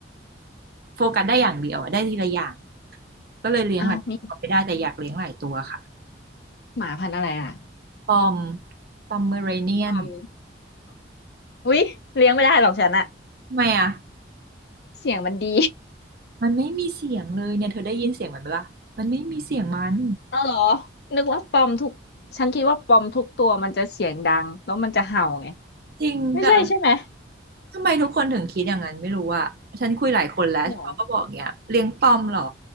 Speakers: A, on the right; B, on the left.
A: ำโฟกัสได้อย่างเดียวอะได้ทีละอย่างก็เลยเลี้ยงหลายตัวไม่ได้แต่อยากเลี้ยงหลายตัวค่ะ
B: เอาวมีหมาพันธุ์อะไรอ่ะ
A: ปอมปอมเมอเรเนียน
B: ปอมอุ๊ยเลี้ยงไม่ได้หรอกฉันอะ
A: ทำไมอ่ะ
B: เสียงมันดี
A: มันไม่มีเสียงเลยเนี่ยเธอได้ยินเสียงมันปะล่ะมันไม่มีเสียงมัน
B: เอาเหรอนึกว่าปอมทุกฉันคิดว่าปอมทุกตัวมันจะเสียงดังแล้วมันจะเห่าไง
A: จริงแต่
B: ไม่ใช่ใช่ไหม
A: ทำไมทุกคนถึงคิดอย่างนั้นไม่รู้อะฉันคุยหลายคนแล้วเขาก็บอกเนี้ยเลี้ยงปอมเหรอ
B: หรอ